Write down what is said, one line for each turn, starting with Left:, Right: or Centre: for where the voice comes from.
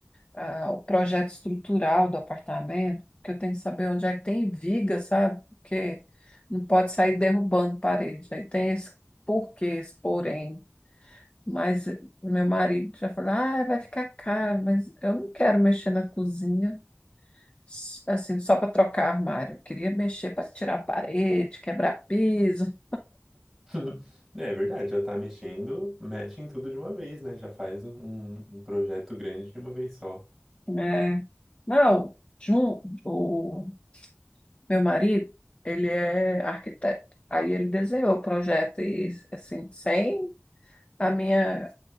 Left: ah, o projeto estrutural do apartamento, porque eu tenho que saber onde é que tem viga, sabe? Porque não pode sair derrubando parede. Aí tem esse porquê, esse porém. Mas meu marido já falou: ah, vai ficar caro, mas eu não quero mexer na cozinha, s- assim, só para trocar armário. Eu queria mexer para tirar a parede, quebrar piso.
Centre: <laughs> É verdade, já tá mexendo, mexe em tudo de uma vez, né? Já faz um, um projeto grande de uma vez só.
Left: né? Não, Jun, o meu marido, ele é arquiteto. Aí ele desenhou o projeto e, assim, sem a minha,